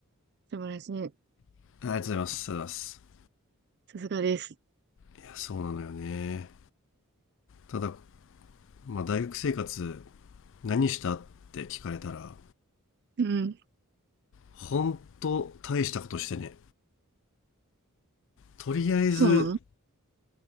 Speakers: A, on the right; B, on the left.
A: 素晴らしい。
B: ありがとうございますありがとうございます
A: さすがです。
B: いやそうなのよねただ、まあ、大学生活何したって聞かれたら
A: うん、
B: 本当大したことしてねとりあえず
A: そうなの